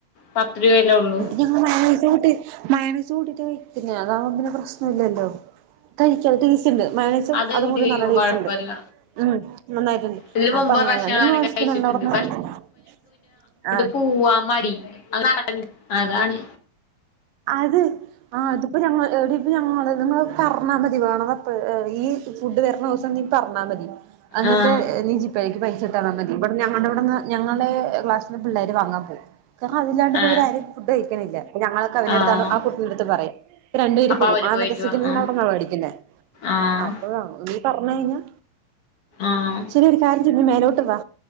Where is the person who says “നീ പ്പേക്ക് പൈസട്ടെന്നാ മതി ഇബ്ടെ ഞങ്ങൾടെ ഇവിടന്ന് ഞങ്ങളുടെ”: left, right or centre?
Right